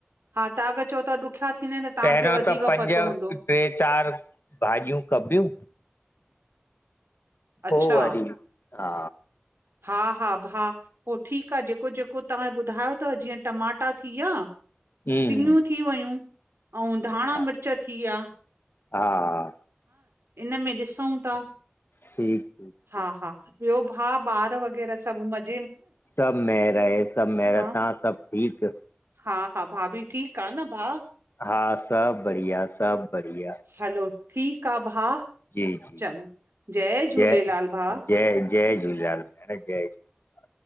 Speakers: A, on the right (about 75°); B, on the left (about 60°).
A: हा तव्हांखे चओ था ॾुखिया थींदा आहिनि त
B: पहिरियों
A: वधीक
B: त पंज,
A: पतो हूंदो
B: टे चारि भाॼियूं कबियूं। पो
A: अच्छा
B: वरी हा
A: हा हा भा, पोइ ठीकु आ जेको जेको तव्हां ॿुधायो अथव जीअं टमाटा थी विया।
B: हम्म
A: सिॻियूं थी वयूं अऊं धाणा
B: हा
A: मिर्च थी विया।
B: हा
A: इनमें ॾिसऊं था।
B: ठीक ठीक
A: हा हा ॿियो भाउ, ॿार वग़ैरह सभु मज़
B: सभ मेहर आहे सभ मेहर,
A: हा
B: तव्हां सब ठीकु?
A: हा हा, भाभी ठीक आ न भाउ?
B: हा सभ बढ़िया सभ बढ़िया।
A: हलो ठीकु आ भाउ।
B: जी जी
A: चङो झूलेलाल
B: जय
A: भाउ
B: जय जय झूलेलाल भेण जय झूलेलाल।